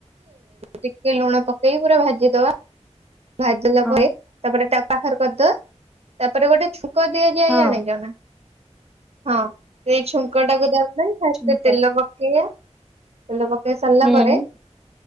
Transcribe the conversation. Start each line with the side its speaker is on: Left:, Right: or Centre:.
Right: ଟିକେ ଲୁଣ ପକେଇି ପୁରା ଭାଜିଦବା। ଭାଜିଲା
Centre: ହଁ
Right: ପରେ ତାପରେ ତା ବାହାର କରିଦବା ତାପରେ ଗୋଟେ ଛୁ ଙ୍କ ଦିଆ ଯାଇ
Centre: ହଁ
Right: ଜାଣିଚନା? ହଁ। ସେଇ ଛୁଙ୍କ ଟାକୁ <unintelligible> ଫାଷ୍ଟ
Centre: ଛୁଙ୍କ
Right: ତେଲ ପକେଇବା ତେଲ ପକେଇ ସାରିଲା
Centre: ହୁଁ
Right: ପରେ